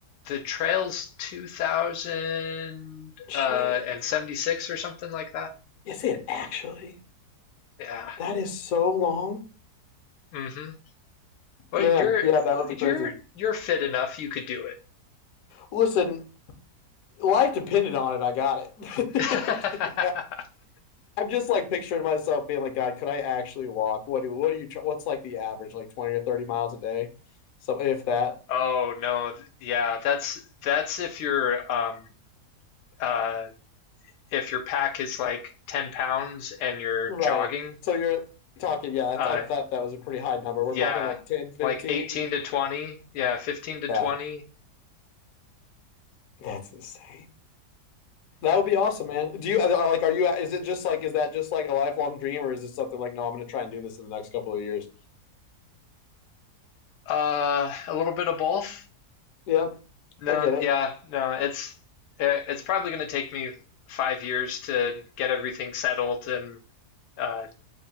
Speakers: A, on the left (about 85°); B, on the left (about 65°).
A: the trail's 2000 uh,
B: Jeez.
A: and 76 or something like that.
B: Is it actually?
A: Yeah.
B: That is so long.
A: Mm-hmm. Well,
B: Man,
A: you're
B: yeah, that would be
A: you're
B: crazy.
A: you're fit enough. You could do
B: Listen, life depended on it. I got it.
A: it.
B: <laughs>
A: <laughs>
B: I'm just like picturing myself being like, God, could I actually walk? What do what do you what's like the average, like 20 or 30 miles a day? So if that,
A: Oh no. Yeah, that's that's if your um uh if your pack is like 10 pounds and you're
B: right.
A: jogging.
B: So you're talking, yeah, that's,
A: Uh
B: I thought that was a pretty high number. We're
A: yeah,
B: talking like 10, 15.
A: like 18 to 20. Yeah, 15 to 20.
B: Yeah,
A: <laughs>
B: that's insane. That would be awesome, man. Do you uh, like? Are you? Is it just like? Is that just like a lifelong dream, or is this something like? No, I'm going to try and do this in the next couple of years.
A: Uh, a little bit of both.
B: Yeah,
A: No,
B: I get it.
A: yeah, no, it's eh, it's probably going to take me five years to get everything settled and uh,